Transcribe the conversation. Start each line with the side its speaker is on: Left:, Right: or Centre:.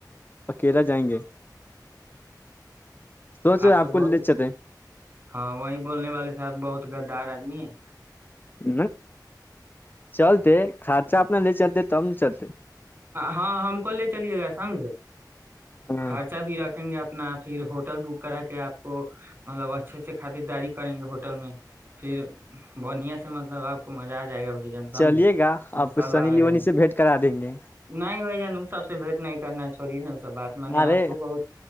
Left: اکیلا جائیں گے سوچ
Right: آپ
Left: رہے
Right: تو
Left: کو
Right: بہت
Left: لے چلتے
Right: ہاں وہی بولنے والے صاحب بہت گدار آدمی ہیں
Left: ہ چلتے خرچہ اتنا لے چلتے تب چلتے
Right: ہاں ہم کو لے چلیے گا سمجھے
Left: ہاں
Right: خرچہ بھی رکھیں گے آپ اپنا پھر ہوٹل بک کرا کے آپ کو مطلب اچھے سے خریداری کریں گے ہوٹل میں پھر بڑھیا سے مطلب آپ کو مزہ آ جائے گا بھائی جان سمجھے
Left: چلیے
Right: انشاء
Left: گا آپ کچھ
Right: اللہ
Left: سنی
Right: بھائی
Left: لیونی
Right: جان
Left: سے بھیٹ کرا دیں گے
Right: نہیں بھائی جانو سب سے بھیٹ نہیں کرنا چھورہیے نا س بات م نے
Left: ارے
Right: آپ کو بہت